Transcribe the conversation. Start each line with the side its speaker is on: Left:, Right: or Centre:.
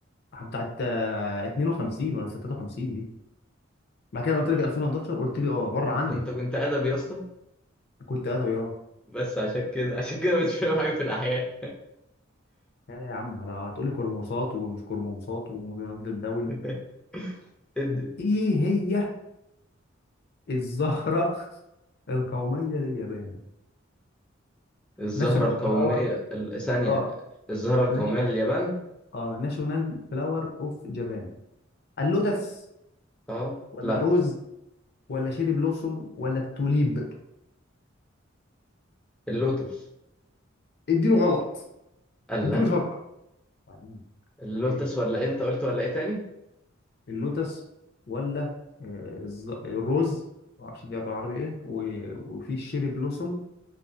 Left: بتاعت آه، 52 ولا 53 دي بعد كده قلت لك 2011 قلت لي اه بره
Centre: انت
Left: عني
Centre: انت كنت ادبي يا اسطى
Left: كنت ادبي اه
Centre: بس عشان كده عشان كده مش فاهم حاجه في الاحياء
Left: يا يا عم لو هتقول لي كرموسات ومش كرموسات ومثيرات للدول
Centre: <laughs> ادي
Left: ايه هي الزهرة <laughs> القومية لليابان
Centre: الزهره
Left: ناشونال
Centre: القوميه
Left: فلاور
Centre: ال- ثانيه
Left: اه
Centre: الزهره القوميه
Left: ناش...
Centre: لليابان
Left: اه ناشونال فلاور اوف جابان اللوتس
Centre: اه
Left: ولا
Centre: لا
Left: الروز ولا شيري بلوسوم ولا التوليب
Centre: اللوتس
Left: اديله غلط
Centre: الله
Left: اديله شرطة وبعدين انت
Centre: اللوتس
Left: فاكر ايه
Centre: ولا إيه؟ انت قلت ولا ايه تاني
Left: اللوتس ولا آه الز... الروز معرفش دي بالعربي ايه و... وفي الشيري بلوسوم